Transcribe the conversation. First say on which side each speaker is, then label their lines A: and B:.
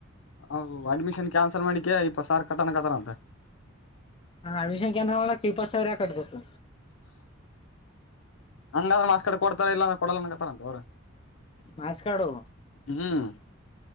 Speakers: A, on the left; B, on the left.
A: ಹಾ ಅಡ್ಮಿಷನ್ ಕ್ಯಾನ್ಸಲ್ ಮಾಡ್ಲೀಕೆ ಇಪ್ಪತ್ತು ಸಾವ್ರ್ ಕಟ್ಟಣತ್ತಾರ ಅಂತೆ
B: ಹಾ ಅಡ್ಮಿಷನ್ ಕ್ಯಾನ್ಸಲ್ ಮಾಡಕ್ಕ ಇಪ್ಪತ್ತು ಸಾವಿರ ಯಾಕ್ ಕಟ್ಟಬೇಕು
A: ಹಂಗಾದ್ರ ಮಾಸ್ಕಾಡ ಕೊಡ್ತಾರ ಇಲ್ಲ ಅಂದ್ರ ಕೊಡಲ್ಲ ಅನ್ನಾಕತ್ತಾರಂತ ಅವರು
B: ಮಾರ್ಸ್ ಕಾರ್ಡು
A: ಹ್ಮ್